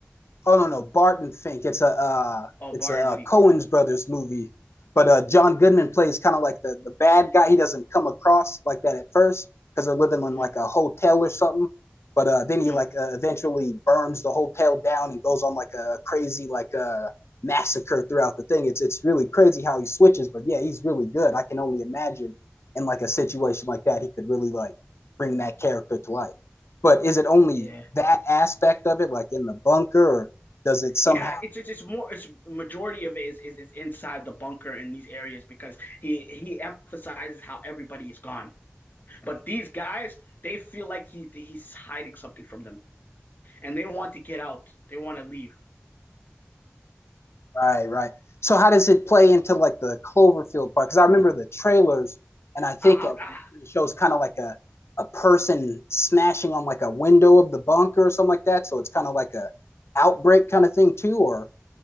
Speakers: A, on the left; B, on the left.
A: Oh no, no, Barton Fink. It's a uh,
B: Oh,
A: it's
B: Barton
A: a uh,
B: Fink.
A: Cohen's brothers movie, but uh, John Goodman plays kind of like the the bad guy. He doesn't come across like that at first because they're living in
B: Mm-hmm,
A: like a hotel or something. But uh, then
B: mm-hmm.
A: he like uh, eventually burns the hotel down and goes on like a crazy like a uh, massacre throughout the thing. It's it's really crazy how he switches. But yeah, he's really good. I can only imagine in like a situation like that, he could really like bring that character to life. But is it only
B: Yeah,
A: that aspect of it, like in the bunker, or does it somehow?
B: yeah. It's it's it's more. It's majority of it is is it's inside the bunker in these areas because he he emphasizes how everybody is gone. But these guys, they feel like he he's hiding something from them. and they want to get out. They want to leave.
A: Right, right. So how does it play into like the Cloverfield part? Because I remember the trailers, and I think
B: Out.
A: it
B: Ah,
A: shows kind of like a a person smashing on like a window of the bunker or something like that. So it's kind of like a outbreak kind of thing too. Or